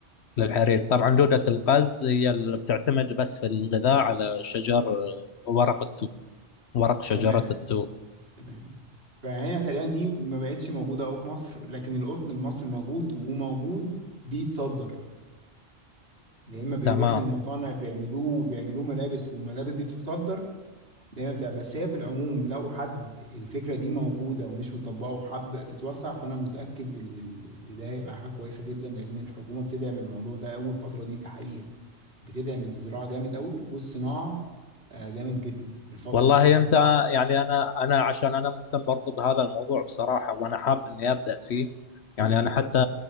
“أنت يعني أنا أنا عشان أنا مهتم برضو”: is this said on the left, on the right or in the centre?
Left